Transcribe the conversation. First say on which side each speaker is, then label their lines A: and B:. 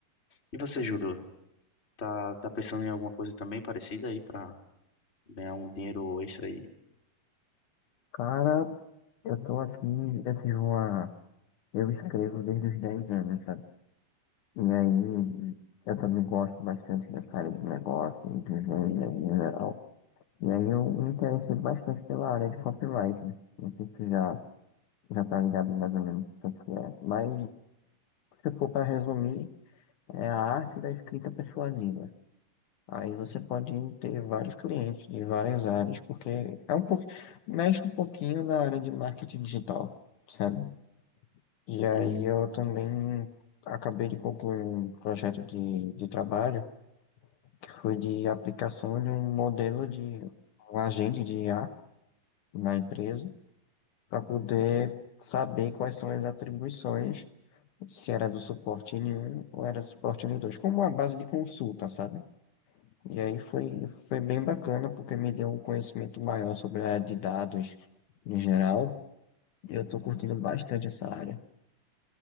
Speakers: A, on the left; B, on the left.
A: Certeza.
B: E você, Júlio, tá, tá pensando em alguma coisa também parecida aí pra ganhar um dinheiro extra aí?
A: Cara, eu tô aqui, eu tive uma. Eu escrevo desde os 10 anos, sabe? E aí, eu também gosto bastante dessa área de negócio, inteligência em geral. E aí eu me interessei bastante pela área de copyright. Não sei se tu já, já tá ligado mais ou menos o que que é. Mas se for para resumir, é a arte da escrita persuasiva. Aí você pode ter vários clientes de várias áreas, porque é um pouco, mexe um pouquinho na área de marketing digital, sabe? E aí
B: Hum.
A: eu também acabei de concluir um projeto de, de trabalho que foi de aplicação de um modelo de um agente de IA na empresa para poder saber quais são as atribuições, se era do suporte N1 ou era do suporte n dois como uma base de consulta, sabe? E aí foi, foi bem bacana, porque me deu um conhecimento maior sobre a área de dados no geral, e eu tô curtindo bastante essa área.